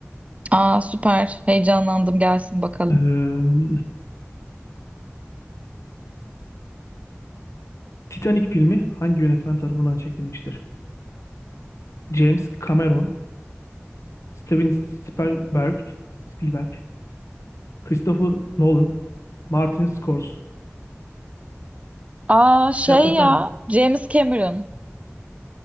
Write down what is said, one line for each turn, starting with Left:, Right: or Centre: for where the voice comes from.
Right: Aa süper. Heyecanlandım. Gelsin bakalım.
Left: Ee, Titanic filmi hangi yönetmen tarafından çekilmiştir? James Cameron, Steven Spielberg, Spielberg, Christopher Nolan, Martin Scorsese.
Right: Aa şey
Left: Cevaplar
Right: ya
Left: sence?
Right: James Cameron.